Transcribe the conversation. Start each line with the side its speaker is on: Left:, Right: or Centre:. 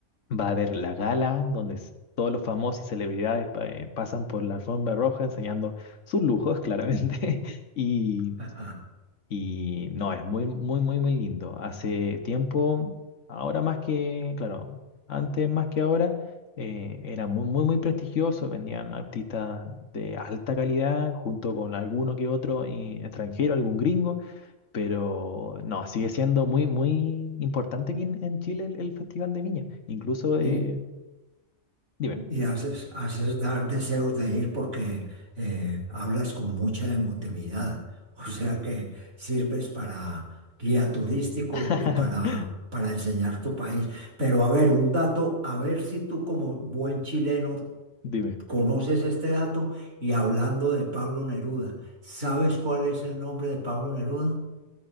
Left: Va a haber la gala, donde s- todos los famosos y celebridades pa- eh, pasan por la alfombra roja enseñando sus lujos, claramente. <laughs> Y,
Right: Ajá.
Left: y no, es muy, muy, muy, muy lindo. Hace tiempo, ahora más que, claro, antes más que ahora, eh, era muy, muy, muy prestigioso. Vendían artistas de alta calidad junto con alguno que otro eh, extranjero, algún gringo. Pero no, sigue siendo muy, muy importante aquí en, en Chile el, el Festival de Viña. Incluso
Right: Y,
Left: eh, Dime.
Right: y haces, haces dar deseos de ir porque eh, hablas con mucha emotividad. O sea que sirves para guía turístico
Left: <laughs>
Right: y para, para enseñar tu país. Pero a ver, un dato, a ver si tú como buen chileno
Left: Dime.
Right: conoces este dato y hablando de Pablo Neruda, ¿sabes cuál es el nombre de Pablo Neruda?